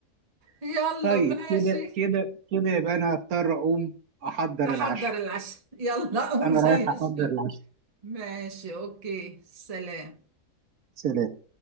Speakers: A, on the right (about 30°); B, on the right (about 70°).
A: يلا
B: <laughs> طيب
A: ماشي
B: كده كده كده يبقى انا هضطر اقوم احضر
A: تحضر
B: العشاء
A: العشاء يلا قوم
B: انا
A: زي
B: رايح
A: الشغل
B: احضر العشاء
A: ماشي اوكي سلام
B: سلام